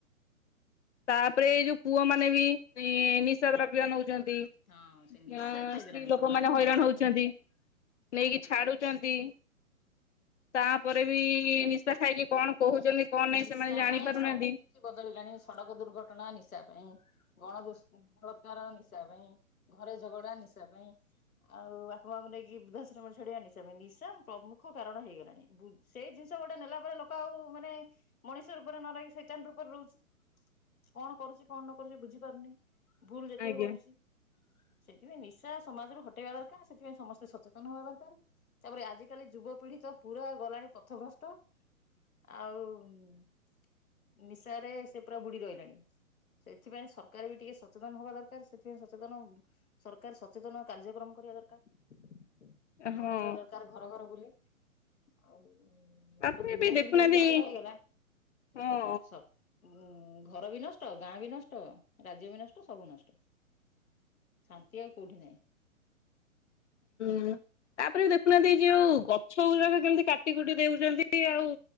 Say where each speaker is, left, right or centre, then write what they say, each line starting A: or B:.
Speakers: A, on the left (about 55°); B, on the left (about 75°).
A: ତାପରେ ଏଇ ଯୋଉ ପୁଅ ମାନେ ବି ଇଁ ନିଶା ଦ୍ରବ୍ୟ ନଉଛନ୍ତି। ଆ
B: ହଁ ସେ ନିଶା ଖାଇଦେଲାଣି
A: ସ୍ତ୍ରୀ ଲୋକମାନେ
B: ସମାଜକୁ
A: ହଇରାଣ
B: ନିଶା
A: ହଉଛନ୍ତି
B: ଖାଇ
A: ନେଇକି ଛାଡୁଛନ୍ତି। ତାପରେ ବି ନିଶା ଖାଇକି କଣ କହୁଛନ୍ତି କଣ ନାହିଁ
B: ନିଶା
A: ସେମାନେ ଜାଣି
B: ପାଇଁ
A: ପାରୁନାହାନ୍ତି।
B: ସବୁ କିଛି ବଦଳିଲାଣି ସଡକ ଦୁର୍ଘଟଣା ନିଶା ପାଇଁ ଗଣ ଦୁଷ୍କ ବଳାତ୍କାର ନିଶା ପାଇଁ। ଘରେ ଝଗଡା ନିଶା ପାଇଁ। ଆଉ ବାପା ମାଙ୍କୁ ନେଇକି ବୃଦ୍ଧାଶ୍ରମ ଛାଡିବା ନିଶା ପାଇଁ ନିଶା ପ୍ରମୁଖ କାରଣ ହେଇଗଲାଣି ବୃ ସେଇ ଜିନିଷ ଗୋଟେ ନେଲା ପରେ ଲୋକ ଆଉ ମାନେ ମଣିଷ ରୂପରେ ନରହିକି ସଇତାନ୍ ରୂପରେ ରହୁଛି କଣ କରୁଛି କଣ ନ କରୁଛି ବୁଝିପାରୁନି। ଭୁଲ ଯେତିକ
A: ଆଜ୍ଞା
B: କରୁଛି ସେଥିପାଇଁ ନିଶା ସମାଜରୁ ହଟେଇବା ଦରକାର୍ ସେଥିପାଇଁ ସମସ୍ତେ ସଚେତନ ହବା ଦରକାର୍ ତାପରେ ଆଜିିକାଲି ଯୁବପିଢି ତ ପୁରା ଗଲାଣି ପଥ ଭ୍ରଷ୍ଟ ଆଉ ହୁଁ ନିଶାରେ ସେ ପୁରା ବୁଡ଼ି ରହିଲେଣି। ସେଥିପାଇଁ ସରକାର୍ ବି ଟିକେ ସଚେତନ ହବା ଦରକାର୍ ସେଥିପାଇଁ ସଚେତନ ସରକାର ସଚେତନ କାର୍ଯ୍ୟକ୍ରମ କରିବା ଦରକାର ଜଣେଇବା
A: ହଁ
B: ଦରକାର ଘର ଘର ବୁଲି ଆଉ ଗୋଟେ
A: ତାପରେ
B: ଯୁବପିଢ଼ି
A: ବି ଦେଖୁନାହାନ୍ତି
B: ଯଦି ନଷ୍ଟ ହେଇଗଲା
A: ହଁ
B: ସ ଉଁ ଘର ବି ନଷ୍ଟ ଗାଁ ବି ନଷ୍ଟ ରାଜ୍ୟ ବି ନଷ୍ଟ ସବୁ ନଷ୍ଟ। ଶାନ୍ତି ଆଉ କୋଉଠି ନାହିଁ।
A: <inaudible> ତାପରେ ଦେଖୁନାହାନ୍ତି ଯେଉ ଗଛ ଗୁଡ଼ାକ କେମିତି କାଟି କୁଟି ଦେଉଛନ୍ତି ଆଉ